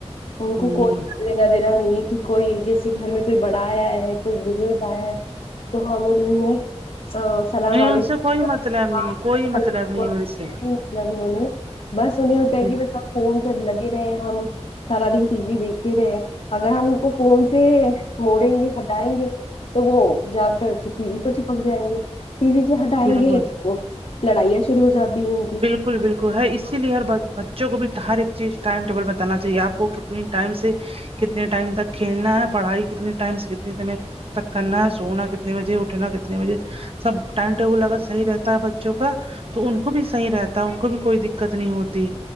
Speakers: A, on the left; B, on the right.
A: ان
B: ہ
A: کو کوئی لینا دینا نہیں ہے کہ کوئی جیسے گھر میں کوئی بڑا آیا ہے کوئی بزرگ آیا ہے تو ہم انھیں السلام
B: نہیں ان
A: علیکم
B: سے کوئی
A: <unintelligible>
B: مطلب نہیں ہے کوئی مطلب نہیں ہے ان سے
A: بس انہیں ہوتا ہے
B: جی
A: کی کب فون پہ لگے رہے ہم سارا دن ٹی وی دیکھتے رہے اگر ہم ان کو فون سے موڑیںگے ہٹائیںگے تو وہ جا کر پھر ٹی وی کو چپک جائیںگے ٹی وی سے ہٹائیںگے
B: بالکل
A: تو وہ لڑائیاں شروع ہو جاتی ہے انکی
B: بالکل بالکل ہر اسلیے ہر بچوں کو بھی ہر ایک چیز ٹائم ٹیبل بتانا چاہیے آپ کو کتنی ٹائم سے کتنے ٹائم تک کھیلنا ہے پڑھائی کتنے ٹائم سے کتنے ٹائم تک کرنا سونا کتنے بجے اٹھنا کتنے بجے سب ٹائم ٹیبل اگر صحیح رہتا ہے بچوں کا تو ان کو بھی صحیح رہتا ان کو بھی کوئی دککت نہیں ہوتی